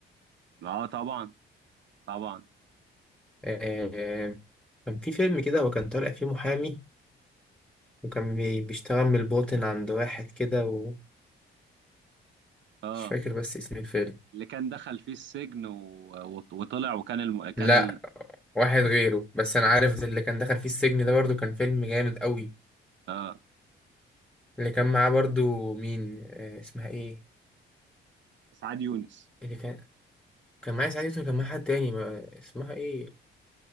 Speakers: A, on the right; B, in the centre.
A: اه طبعا طبعا
B: آه، كان في فيلم كده هو كان طالع فيه محامي وكان بي- بيشتغل من الباطن عند واحد كده ومش
A: اه
B: فاكر بس اسم الفيلم
A: اللي كان دخل فيه السجن و... وط- وطلع وكان الم... كان
B: لا
A: ال...
B: واحد غيره بس انا عارف ده اللي كان دخل فيه السجن ده برضو كان فيلم جامد قوي
A: آه
B: اللي كان معاه برضو مين آه، اسمها ايه
A: سعاد يونس
B: اللي كان كان معاه سعاد يوسف كان معاه حد تاني ما... اسمها ايه